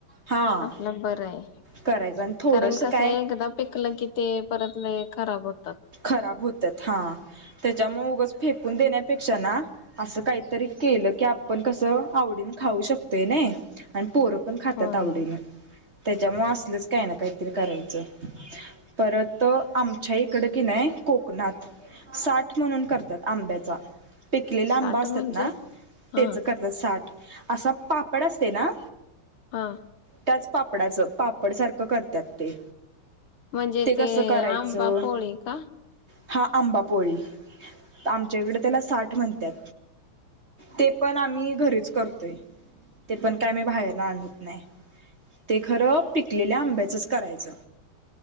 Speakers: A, on the right; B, on the left.
A: हा
B: आपलं बरं आहे.
A: करायचं आणि थोडस
B: कारण कस
A: काय
B: एकदा पिकलं की ते परत खराब होत.
A: खराब होतात, हा त्याच्या मगच फेकून देण्या पेक्षा अस काहीतरी केलं की आपण कस आवडीन खाऊ शकते ना आणि, पोरं पण खातात
B: होय
A: आवडीने. त्याच्यामुळे असलच काही ना, काहीतरी करायचं परत आमच्या इकड कि नाही कोकणात साठ म्हणून करतात आंब्याचा, पिकलेला
B: साठ
A: आंबा असतात
B: म्हणजे
A: ना, त्याच
B: हा
A: करतात साठ असा पापड असते ना,
B: हा
A: त्याच पापडाचं पापड सारखं करतात ते,
B: म्हणजे ते
A: कसं करायचं
B: आंबा पोळी का
A: हा आंबा पोळी आमच्याकडे त्याला साठ म्हणतात. ते पण आम्ही घरीच करतोय ते पण काय आम्ही बाहेरला आणत नाही. ते खरं पिकलेल्या आंब्याचच करायचं